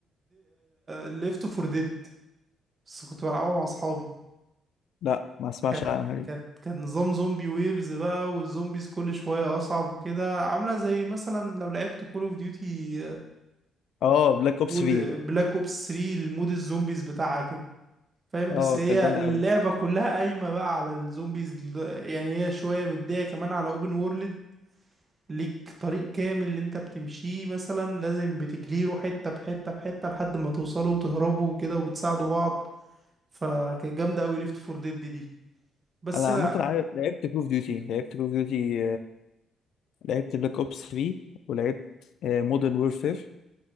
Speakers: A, on the right; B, on the left.
A: ليفت فور ديد بس كنت بلعبها مع اصحابي
B: لا ما اسمعش
A: كانت
B: عنها دي
A: كانت كان نظام زومبي ويفز بقى والزومبيز كل شوية أصعب وكده عاملة زي مثلا لو لعبت كول اوف ديوتي
B: اه بلاك اوبس
A: مود
B: في
A: بلاك اوبس 3 المود الزومبيز بتاعها كده فاهم
B: اه
A: بس هي
B: كانت جامده
A: اللعبة
B: قوي
A: كلها قايمة بقى على الزومبيز ال- يعني هي شوية مدية كمان على اوبن وورلد ليك طريق كامل اللي انت بتمشيه مثلا لازم بتكليره حتة بحتة بحتة لحد ما توصلوا وتهربوا وكده وبتساعدوا بعض فكانت جامدة أوي ليفت فور ديد دي بس
B: انا
A: أنا
B: عامه عارف- لعبت كول اوف ديوتي لعبت كول اوف ديوتي لعبت بلاك اوبس 3 ولعبت مودرن وورفير